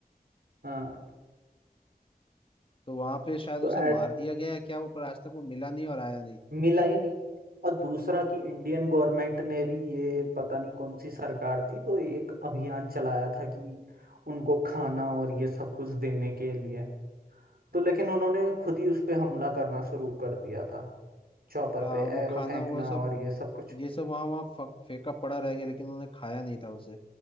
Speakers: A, on the right; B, on the left.
A: हाँ
B: तो वहां पे शायद
A: तो
B: उसे
A: ऐड
B: मार दिया गया है क्या वो पर आज तक वो मिला नहीं और आया नहीं
A: मिला ही नहीं और दूसरा कि इंडियन गवर्नमेंट ने भी ये पता नहीं कौन सी सरकार थी तो एक अभियान चलाया था कि उनको खाना और ये सब कुछ देने के लिए तो लेकिन उन्होंने खुद ही उस पे हमला करना शुरू कर दिया था चॉपर
B: हाँ
A: पे
B: और वो
A: एरो
B: खाना
A: फेंकना
B: वो सब
A: और ये सब कुछ
B: ये सब वहां वहां फेंका पड़ा रह गया लेकिन उन्होंने खाया नहीं था उसे